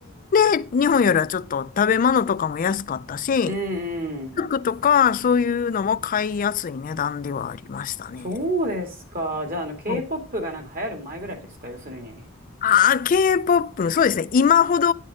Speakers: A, on the left; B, on the right.
A: 時点で日本よりはちょっと食べ物とかも安かったし、
B: うんうん。
A: 服とかそういうのも買いやすい値段ではありましたね。
B: そうですか。じゃあ、あの、K-POP
A: うん
B: がなんか流行る前ぐらいですか要するに。
A: ああ、K-POP、そうですね。今ほど、